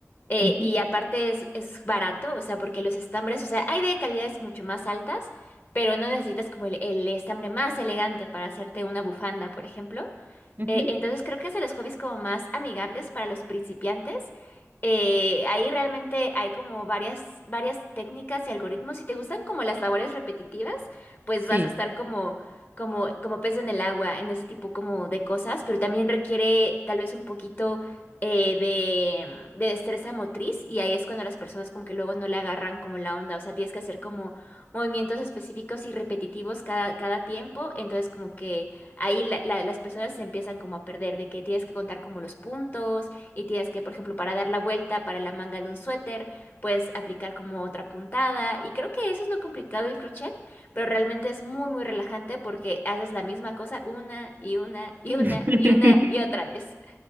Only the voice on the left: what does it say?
eh,
y aparte es, es barato, o sea, porque los estambres, o sea, hay de calidades mucho más altas, pero no necesitas como el, el estambre más elegante para hacerte una bufanda, por ejemplo.
Eh, entonces creo que es de los hobbies como más amigables para los principiantes. Eh, ahí realmente hay como varias, varias técnicas y algoritmos. Si te gustan como las labores repetitivas, pues
vas a estar como, como, como pez en el agua en ese tipo como de cosas, pero también requiere tal vez un poquito eh, de, de destreza motriz y ahí es cuando las personas como que luego no le agarran como la onda. O sea, tienes que hacer como movimientos específicos y repetitivos cada, cada tiempo. Entonces como que ahí la- la- las personas se empiezan como a perder, de que tienes que contar como los puntos y tienes que, por ejemplo, para dar la vuelta para la manga de un suéter, puedes aplicar como otra puntada y creo que eso es lo complicado del crochet, pero realmente es muy, muy relajante porque haces la misma cosa una y una y una
y una y otra vez.